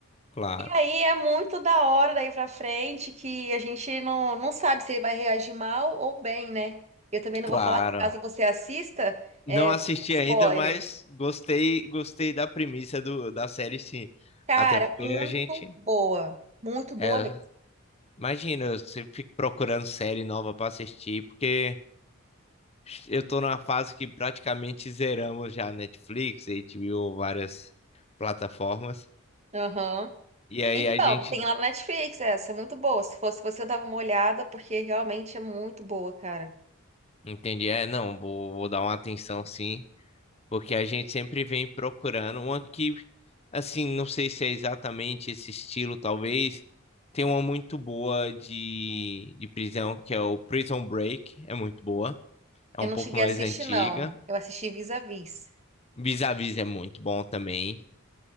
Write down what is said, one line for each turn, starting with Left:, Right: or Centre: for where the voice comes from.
Left: Claro.
Right: E aí é muito da hora daí pra frente que a gente não, não sabe se ele vai reagir mal ou bem, né? Eu também não
Left: Claro.
Right: vou falar caso você assista, é,
Left: Não
Right: eu
Left: assisti
Right: vou dar spoiler.
Left: ainda, mas gostei, gostei da premissa do, da série, sim.
Right: Cara,
Left: Até porque
Right: muito
Left: a gente,
Right: boa. Muito boa
Left: é,
Right: mesmo.
Left: imagina, eu sempre fico procurando série nova pra assistir, porque eu tô numa fase que praticamente zeramos já Netflix, HBO, várias plataformas.
Right: Aham.
Left: E aí
Right: Então,
Left: a gente
Right: tem lá no Netflix essa, é muito boa. Se fosse você, eu dava uma olhada, porque realmente é muito boa, cara.
Left: entende, é, não, vou, vou dar uma atenção sim. porque a gente sempre vem procurando uma que, assim, não sei se é exatamente esse estilo, talvez. Tem uma muito boa de, de prisão, que é o Prison Break, é muito boa. É
Right: Eu
Left: um
Right: não
Left: pouco
Right: cheguei
Left: mais
Right: a assistir,
Left: antiga.
Right: não. Eu assisti Vis-a-Vis.
Left: Vis-a-Vis é muito bom também.